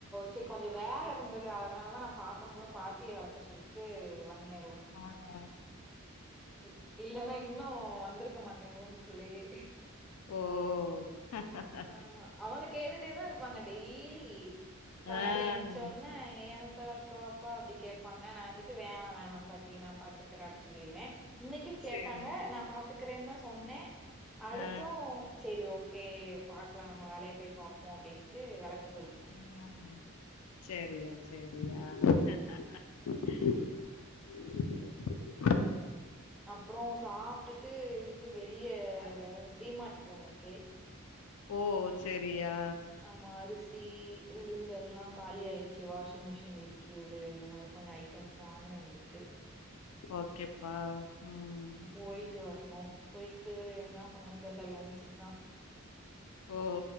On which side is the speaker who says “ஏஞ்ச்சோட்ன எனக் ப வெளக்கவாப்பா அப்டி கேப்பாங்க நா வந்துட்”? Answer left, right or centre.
Centre